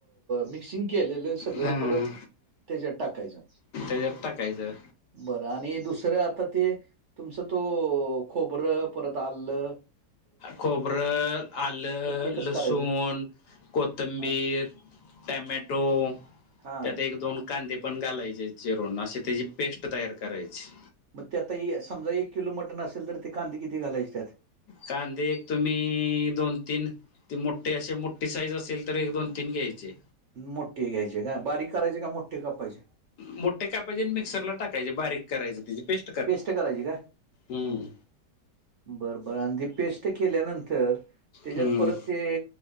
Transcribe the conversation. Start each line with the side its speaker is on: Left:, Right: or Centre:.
Right: मिक्सिंग केलेलं सगळं
Left: हा
Right: परंत त्यांच्यात टाकायचं
Left: तेच्यां टांकायचं
Right: बरं आणि दुसरं आतां ते तुमचं तो खोबरं परंत आल्लं
Left: खोब्रं आलं
Right: ते कसं
Left: लसूनं
Right: करायचं
Left: कोथिंबीर
Right: हा
Left: टमॅटो
Right: हा.
Left: त्यांत एक दोन कांदे पणं घालायंचे चिरूंण असे त्यांची पेस्टं तयार करायची
Right: मंग ते आतां समजां एक किलो मटंन असेल तरं ते कांदीे किती घालायचे त्यांत
Left: कांदे एक तुम्हीं दोन तीनं ते मोठी असे मोठी साईज असेल तरं एक दोन तीन घ्यांयचे
Right: मोठे घ्यांयचे कां बारीक करायचे कां मोठे कापांयचे
Left: मोठे कापांयचे आणि मिक्सरलां टांकायचे बारीक करायंचे त्यांची पेस्ट
Right: पेस्टं करायची कां
Left: हम्म
Right: बरंबरं आणि ती पेस्टं केल्यांनंतर त्यांच्यात
Left: हम्म
Right: परंत ते